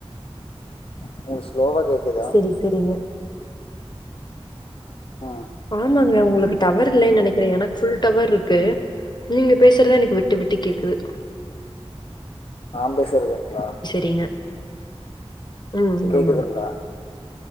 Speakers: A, on the left (about 65°); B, on the left (about 45°).
A: உங்களுக்கு ஸ்லோவாக கேட்குதா
B: சரி சரிங்க
A: ம்
B: ஆமாங்கா உங்களுக்கு டவர் இல்லன்னு நினைக்கிற எனக்கு ஃபுல் டவர் இருக்கு நீங்க பேசுறது எனக்கு விட்டு விட்டு கேக்குது
A: நா பேசரதுங்களா
B: தீங்க ம்
A: கேட்குதுங்களா
B: ஆமாங்க